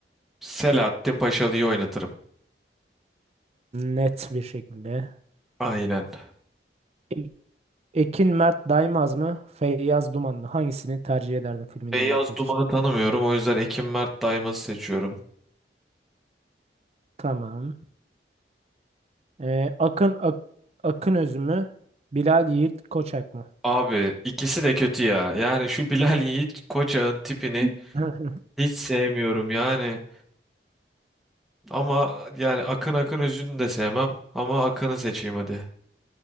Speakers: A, in the centre; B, on the right.
A: Selahattin Paşalı'yı oynatırım.
B: Net bir şekilde.
A: Aynen.
B: E- Ekin Mert Daimaz mı, Feyyaz Duman mı? Hangisini tercih ederdin filminde
A: Feyyaz
B: oynatmak
A: Duman'ı
B: için?
A: tanımıyorum o yüzden Ekim Mert Daymaz'ı seçiyorum.
B: Tamam. Ee, Akın Ak Akın Öz mü, Bilal Yiğit Koçak mı?
A: Abi ikisi de kötü ya. Yani şu Bilal Yiğit Koçak'ın tipini
B: <laughs>
A: hiç sevmiyorum yani. Ama yani Akın Akın Özü'nü de sevmem ama Akın'ı seçeyim hadi.